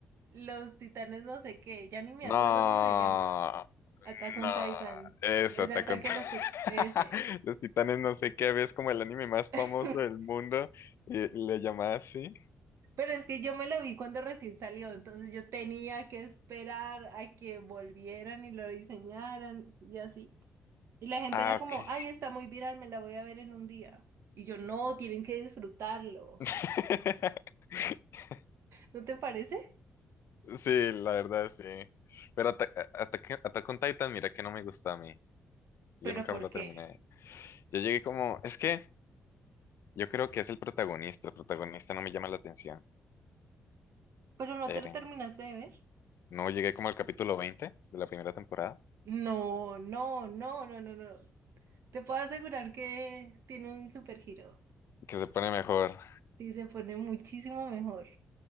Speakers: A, on the right (about 75°); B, on the left (about 65°).
A: Los titanes no sé qué, ya ni me
B: No,
A: acuerdo cómo se llama. Attack on
B: no,
A: Titan.
B: eso,
A: El
B: te
A: ataque
B: <laughs>
A: a los tit- ese.
B: Los Titanes, no sé qué, es como el anime más
A: <laughs>
B: famoso del mundo y y le llamaba así.
A: Pero es que yo me lo vi cuando recién salió, entonces yo tenía que esperar a que volvieran y lo diseñaran y así. Y la gente
B: Ah,
A: era como,
B: ok. sí.
A: ay, está muy viral, me la voy a ver en un día. Y yo, no, tienen que disfrutarlo.
B: <laughs>
A: ¿No te parece?
B: Sí, la verdad, sí. Pero Ata- A- Ataque- Attack on Titan, mira que no me gusta a mí. Yo
A: ¿Pero
B: nunca
A: por
B: me lo
A: qué?
B: terminé. Yo llegué como, es que yo creo que es el protagonista. El protagonista no me llama la atención.
A: ¿Pero no
B: Eren.
A: te lo terminaste de ver?
B: No llegué como al capítulo 20 de la primera temporada,
A: No, no, no, no, no, no. Te puedo asegurar que tiene un super giro.
B: que se pone mejor.
A: Sí, se pone muchísimo mejor.